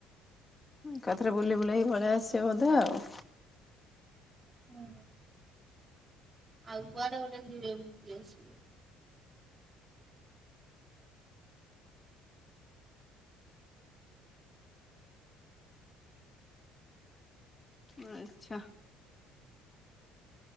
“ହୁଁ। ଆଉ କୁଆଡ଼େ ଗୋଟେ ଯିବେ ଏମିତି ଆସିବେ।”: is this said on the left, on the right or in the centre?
Right